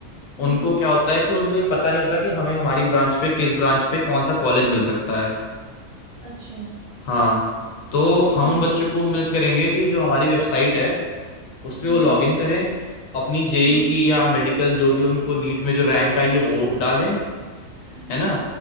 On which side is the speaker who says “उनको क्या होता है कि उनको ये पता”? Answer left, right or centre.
Left